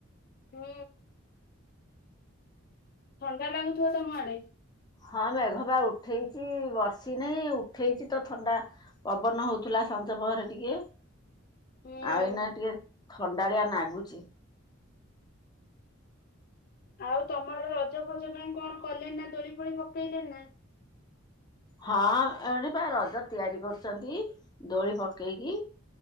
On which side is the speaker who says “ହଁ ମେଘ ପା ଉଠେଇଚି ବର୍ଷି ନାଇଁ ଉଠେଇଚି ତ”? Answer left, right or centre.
Left